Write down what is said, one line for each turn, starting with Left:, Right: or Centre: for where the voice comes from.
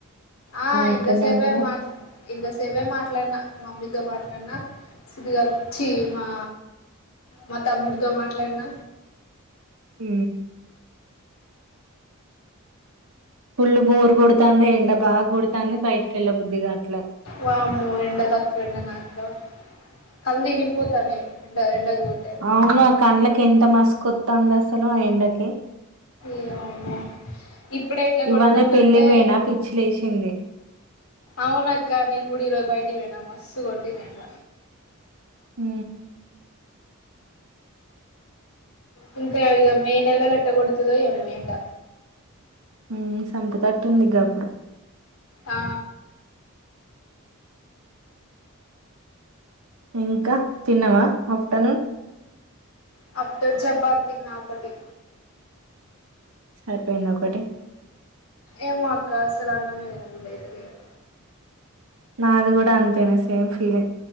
Left: ఆ
Right: ఇక్కడనే
Left: ఇంతసేపే
Right: ఉన్నానే
Left: మాట్ల ఇంతసేపే మాట్లాడ్న మమ్మి తో మాట్లాడ్న సుబుగాన్ ఛీ మా మా తమ్ముడితో మాట్లాడ్న
Right: ఊ ఫుల్లు బోర్ గొడుతాందే ఎండ బాగ్ గొడతాంది బయటికెళ్ళ బుద్ది గాట్లే
Left: వామ్మో ఎండ తక్కువ ఎండనా అక్క కళ్ళు తిరిగిపోతానయి ఎండ ఎండకు పోతే
Right: అవును కండ్లకి ఎంత మస్క ఒత్తందాస సలో ఆ ఎండకి
Left: ఏమమ్మో ఇప్పుడే ఇట్ల
Right: ఇవాళ
Left: కొడుతుందంటే
Right: పెళ్ళికి పోయినా పిచ్చి లేసింది
Left: అవునక్క నేన్ గూడ ఇరో బయటివొయినా మస్సు గొటింది ఎండ.
Right: ఊ
Left: ఊ ఇంకా ఇగ మే నెలల ఎట్ట కొడుతదో ఏమొ ఎండ
Right: ఊమ్ సంపుతట్టుంది గప్పుడు
Left: ఆ
Right: ఇంక తిన్నవా ఆఫ్టర్నూన్
Left: <unintelligible> చపాదిన్నా ఒకటి
Right: సరిపోయిందా ఒకటి
Left: ఏమో అక్క అసలు అన్నమే తినబుద్ధి అయితలేదు
Right: నాది కూడా అంతేనే సేమ్ ఫీలింగ్